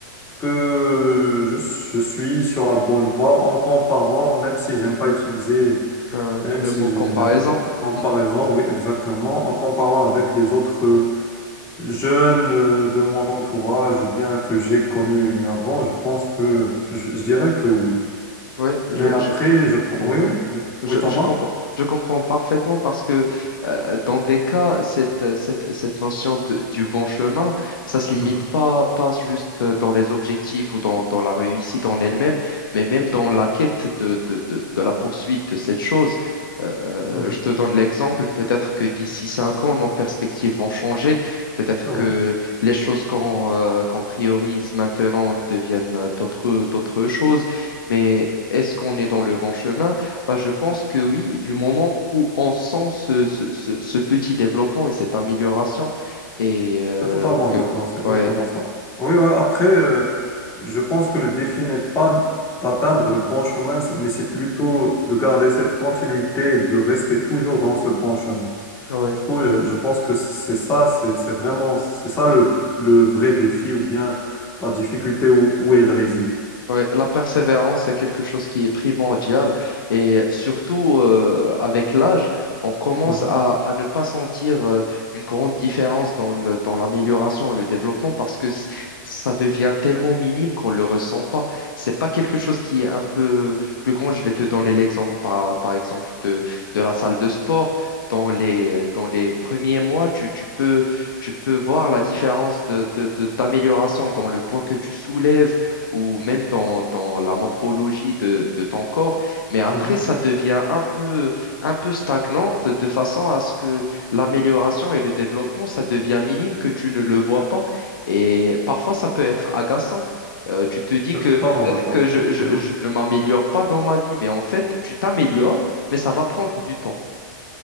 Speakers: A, on the left; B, on the left.
A: que je, je suis sur la bonne voie en comparant, même si j'aime pas utiliser,
B: Euh,
A: même
B: le
A: si
B: mot comparaison.
A: j'aime en comparaison,
B: <laughs>
A: oui, exactement, en comparant avec les autres euh, jeunes euh, de mon entourage ou bien que j'ai connus avant, je pense que je, je dirais que oui.
B: Oui je,
A: Mais après,
B: je...
A: je, pen-
B: Mhm.
A: oui, oui,
B: Je,
A: oui, t'entends?
B: je, compre- je comprends parfaitement parce que euh, dans des cas, cette, euh, cette, cette notion de- du bon chemin, ça se limite
A: Mhm,
B: pas, pas juste euh, dans les objectifs ou dans, dans la réussite en elle-même, mais même dans la quête de, de, de, de la poursuite de cette chose. Euh,
A: mhm,
B: je te donne l'exemple, peut-être que d'ici cinq ans, nos perspectives vont changer, peut-être
A: c'est vrai.
B: que les choses qu'on euh, qu'on priorise maintenant, ils deviennent euh, d'autres, d'autres choses, mais est-ce qu'on est dans le bon chemin? Bah, je pense que oui, du moment où on sent ce, ce- ce- ce petit développement et cette amélioration, et euh,
A: Je suis totalement
B: que,
A: d'accord, c'est exactement
B: ouais,
A: ça. Oui, ouais, après, euh, je pense que le défi n'est pas d'atteindre le bon chemin, c'est- mais c'est plutôt de garder cette continuité et de rester toujours dans ce bon chemin.
B: ouais,
A: Du coup,
B: ouais.
A: euh, je pense que c'est ça, c'est c'est vraiment, c'est ça le, le vrai défi ou bien la difficulté où, où elle réside.
B: Ouais, la persévérance, c'est quelque chose qui est primordial et surtout euh, avec l'âge, on commence
A: Mhm,
B: à, à ne pas sentir euh, une grande différence dans le, dans l'amélioration et le développement parce que c- ça devient tellement minime qu'on ne le ressent pas. C'est pas quelque chose qui est un peu plus grand. Je vais te donner l'exemple par, par exemple de, de la salle de sport. Dans les, dans les premiers mois, tu, tu peux, tu peux voir la différence de, de, de- d'amélioration dans le poids que tu soulèves ou même dans, dans la morphologie de, de ton corps, mais après,
A: mhm.
B: ça devient un peu, un peu stagnante de façon à ce que l'amélioration et le développement, ça devient minime, que tu ne le vois pas. Et parfois, ça peut être agaçant. Euh, tu te dis
A: Je
B: que
A: suis totalement
B: peut-être
A: d'accord.
B: que je, je,
A: Mhm.
B: je ne m'améliore pas dans ma vie, mais en fait, tu t'améliores, mais ça va prendre du temps.